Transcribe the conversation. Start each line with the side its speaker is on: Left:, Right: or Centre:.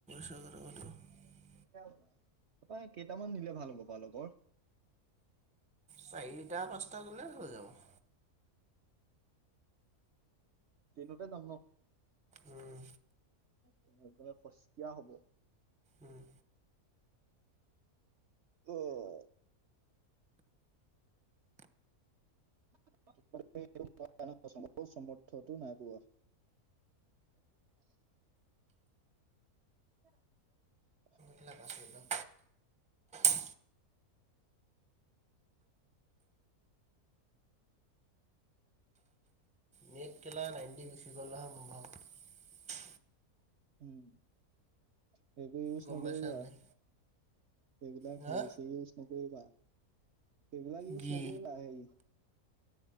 Centre: <unintelligible>
Right: তাৰপৰা কেইটামান নিলে ভাল হ'ব পাৰ লগৰ-
Centre: চাৰিটা পাঁচটা গলে হৈ যাব <inaudible>
Right: তিনিটাই দাম ন <unintelligible>
Centre: উম
Right: সেই কিটা সস্তীয়া হব
Centre: উম।
Right: উ <unintelligible> অঁ <unintelligible> সৰ্থটো নাই পোৱা <unintelligible> <inaudible>
Centre: বিলাক আছ একদম <inaudible> মেট কেলা নাইনটি গুচি গ'ল হা মোৰ ভও <unintelligible>
Right: উম। সেইবোৰ ইউজ
Centre: গম
Right: নকৰিবা
Centre: পাইছা নাই?
Right: এইবিলাক
Centre: হা
Right: সেই ইউজ নকৰিবা সেইবিলাক ইউজ
Centre: কি
Right: নকৰিবা সেই